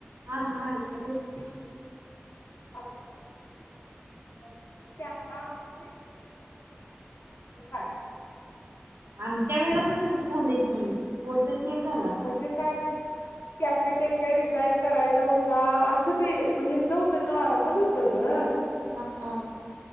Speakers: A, on the right; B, on the left.
A: हा, हा आयकले
B: <unintelligible> <unintelligible>
A: आमच्या वेळेला पण तसच झालंय कि पोषण तेल झाला अस
B: म्हणजे कायतरी असल कॅफेटेरिया डिझाईन करायचा होता असं बी ह्याचं होतं नॉर्मल होतं ग
A: हा, हा